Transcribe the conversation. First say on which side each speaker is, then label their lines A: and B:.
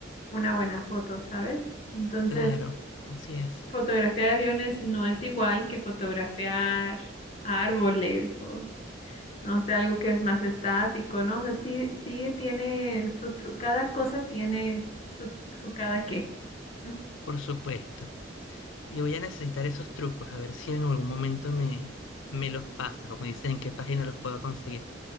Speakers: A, on the left; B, on the left.
A: una buena foto, ¿sabes? Entonces,
B: Claro, así es,
A: fotografiar aviones no es igual que fotografiar árboles o no sé, algo que es más estático, ¿no? O sea, sí, sí tiene su tru- cada cosa tiene su, su cada qué. Mm.
B: por supuesto. Y voy a necesitar esos trucos, a ver si en algún momento me, me los pasas o me dicen en qué página los puedo conseguir.